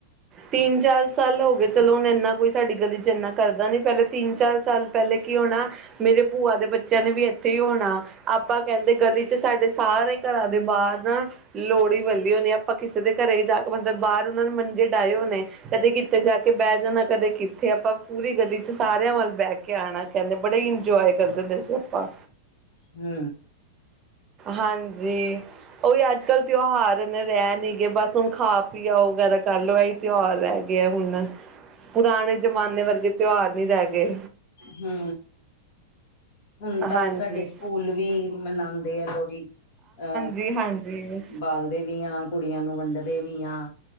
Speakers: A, on the right; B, on the left.
A: ਤਿੰਨ ਚਾਰ ਸਾਲ ਹੋ ਗਏ ਚਲੋ ਹੁਣ ਇੰਨਾ ਕੋਈ ਸਾਡੀ ਗਲੀ ਚ ਇੰਨਾ ਕਰਦਾ ਨੀ ਪੈਲੇ ਤਿੰਨ ਚਾਰ ਸਾਲ ਪੈਲੇ ਕੀ ਹੋਣਾ ਮੇਰੇ ਭੂਆ ਦੇ ਬੱਚੇਆਂ ਨੇ ਵੀ ਏਥੇ ਈ ਹੋਣਾ, ਆਪਾਂ ਕੈਂਦੇ ਗਲੀ ਚ ਸਾਡੇ ਸਾਰੇ ਘਰਾਂ ਦੇ ਬਾਰ ਨਾ ਲੋੜੀ ਵਲੀ ਹੋਣੀ ਆਪਾਂ ਕੀਸੇ ਦੇ ਘਰੇ ਈ ਜਾ ਕੇ ਮਲ ਬਾਰ ਓਨਾਂ ਨੂੰ ਮੰਜੇ ਡਾਏ ਹੋਣੇ ਨੇ ਕਦੇ ਕੀਤੇ ਜਾ ਕੇ ਬੈ ਜਾਣਾ ਕਦੇ ਕੀਥੇ ਆਪਾਂ ਪੂਰੀ ਗਲੀ ਚ ਸਾਰੇਆਂ ਵੱਲ ਬੈ ਕੇ ਆਣਾ ਕੈਂਦੇ ਬੜੇ ਈ ਈਜੌਏ ਕਰਦੇ ਹੁੰਦੇ ਸੀ ਆਪਾਂ।
B: ਹੂੰ।
A: ਹਾਂਜੀ ਓਈ ਅੱਜ-ਕੱਲ ਤੇਓਹਾਰ ਨੇ ਰੈ ਨੀ ਗਏ ਬਸ ਹੁਣ ਖਾ-ਪੀ ਆਓ ਵਗੈਰਾ ਕਰ ਲਓ ਐਈ ਤੇਓਹਾਰ ਰੈ ਗੇ ਹੁਨ ਪੁਰਾਣੇ ਜਮਾਨੇ ਵਰਗੇ ਤੇਓਹਾਰ ਨੀ ਰੈ ਗੇ
B: ਹੂੰ ਹੁਤਾਂ
A: ਹਾਂਜੀ
B: ਸਾਡੇ ਸਕੂਲ ਵੀ ਮਨਾਂਦੇ ਆ ਲੋੜੀ, ਆ
A: ਜੀ ਹਾਂਜੀ
B: ਬਾਲਦੇ ਵੀ ਆ ਕੁੜੀਆਂ ਨੂੰ ਵੰਡਦੇ ਵੀ ਆ,